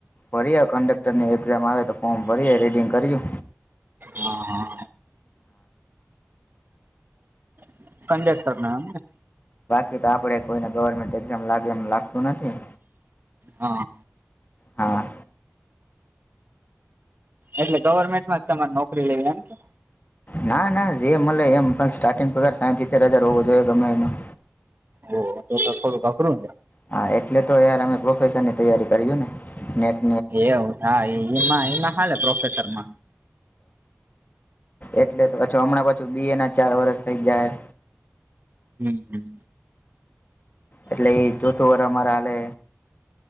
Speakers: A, on the left; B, on the right.
A: ભરીએ કંડક્ટર ની એક્ઝામ આવે તો ફોમ ભરીએ, રીડિંગ કરીએ.
B: હા હા. <unintelligible>
A: ક તો આપણે કોઈને ગવર્મેન્ટ એક્ઝામ લાગે એમ લાગતું નથી.
B: હા.
A: હા.
B: એટલે ગવર્મેન્ટમાં જ તમારે નોકરી લેવી એમ છે?
A: ના ના જે મળલે એમ પણ સ્ટાર્ટિંગ પગાર સાઠ સીતેર હજાર હોવો જોઈએ ગમે એમાં.
B: ઓ તો થોડ અકરું
A: હા એટલે તો યાર અમે પ્રોફેશનની તૈયારી કરીએને નેટ
B: એવું હામાં એમાં હાલે પ્રોફેસરમાં
A: એટલે તો <unintelligible> હમણાં પાછું બી એ ના ચાર વરષ થઈ જાય.
B: હમ્મ હમ્મ.
A: એટલે એ જોથું વારમારા હાલે